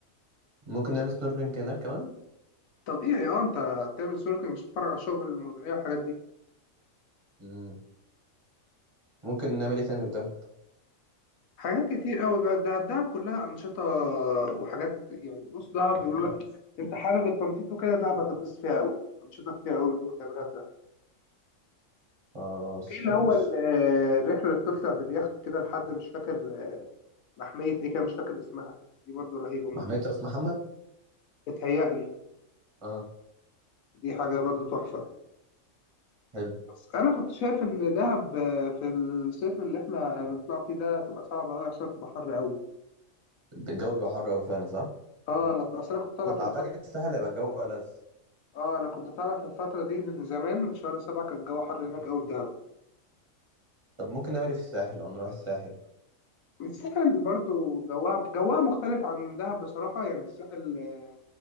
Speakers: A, on the right; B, on the left.
A: ممكن نعمل سنوركلينج هناك كمان
B: طب ايه اه انت بتعمل سنوركلينج مش بتتفرج على الشعاب المرجانية والحاجات دي
A: امم ممكن نعمل ايه تاني في دهب
B: حاجات كتير قوي بقى في دهب دهب كلها أنشطة وحاجات يعني بص دهب إن أنا- انت حابب التنطيط وكده دهب هتتبسط فيها قوي أنشطة كتير قوي ممكن تعملها في دهب
A: خلاص
B: في اللي
A: ماشي
B: هو ال- آه، الرحلة اللي بتطلع باليخت كده لحد مش فاكر آه، محمية إيه كده مش فاكر اسمها دي برضو رهيبة ممكن
A: محمية راس محمد
B: بتهيألي
A: اه
B: دي حاجة برضو تحفة
A: حلو
B: بس أنا كنت شايف إن دهب آه، في الصيف اللي إحنا نطلع فيه ده تبقى صعبة أوي عشان تبقى حر أوي
A: الجو بيبقى حر قوي فعلا صح
B: أه أنا أصل أنا كنت طالع
A: ب-
B: في
A: اعتقد
B: الفترة
A: الساحل هيبقى الجو ألذ
B: أه أنا كنت طالع في الفترة دي من زمان من شهر سبعة كان الجو حر هناك أوي في دهب
A: طب ممكن نعمل ايه في الساحل او نروح الساحل
B: الساحل برضو جوها جوها مختلف عن دهب بصراحة يعني الساحل آه،